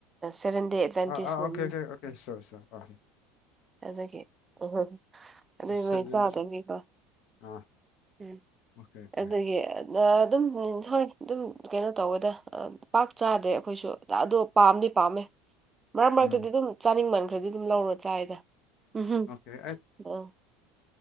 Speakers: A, on the right; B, on the left.
A: ꯁꯥꯚꯦꯟ ꯗꯦ ꯑꯦꯗꯚꯦꯟꯇꯤꯁꯅꯦ
B: ꯑꯥ okay okay okay sure sure
A: ꯑꯗꯨꯗꯒꯤ ꯎꯝ ꯑꯗꯨꯏ
B: ꯁꯚꯦꯟ
A: ꯃꯣꯏ ꯆꯥꯗꯅꯤꯀꯣ
B: ꯑꯥ
A: ꯎꯝ
B: ꯑꯣꯀꯦ ꯑꯣꯀꯦ
A: ꯑꯗꯨꯒꯤ ꯑꯗꯨꯝ ꯍꯣꯏ ꯑꯗꯨꯝ ꯀꯩꯅꯣ ꯇꯧꯋꯦꯗ ꯄꯥꯛ ꯆꯥꯗ꯭ꯔꯦ ꯑꯩꯈꯣꯏꯁꯨ ꯑꯗꯣ ꯄꯥꯝꯗꯤ ꯄꯥꯝꯃꯦ ꯃꯔꯛ ꯃꯔꯛꯇꯗꯤ
B: ꯎꯝ
A: ꯗꯨꯝ ꯆꯥꯅꯤꯡꯃꯟ ꯈ꯭ꯔꯗꯤ ꯑꯗꯨꯝ ꯂꯧꯔꯣ ꯆꯥꯑꯥꯗ ꯎꯝꯍꯨꯝ
B: ꯑꯣꯀꯦ ꯑꯩ
A: ꯑ